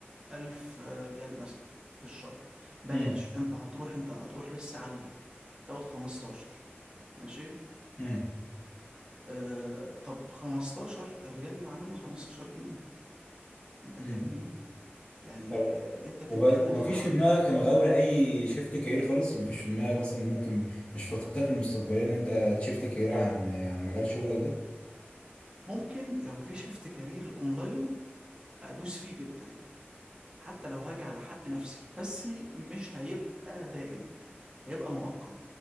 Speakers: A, on the right; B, on the left.
A: الف آه، ريال مثلا في الشهر بلاش
B: امم
A: انت هتروح انت هتروح لسه عيل هتاخد 15 ماشي
B: امم
A: آه طب 15 الريال اللي عامل له 15 جنيه انت
B: امم
A: فاهمني يعني
B: طب
A: آه انت بتتكلم
B: وب- ومفيش
A: في حوالي
B: في دماغك يا مغاوري اي شيفت كارير خالص مفيش في دماغك مثلا ممكن مش في خطتك المستقبلية ان انت تشيفت كارير عن عن مجال شغلك
A: ممكن لو في شيفت كارير اونلاين ادوس فيه جدا حتى لو هاجي على حق نفسي بس مش هيبقى دائم هيبقى مؤقت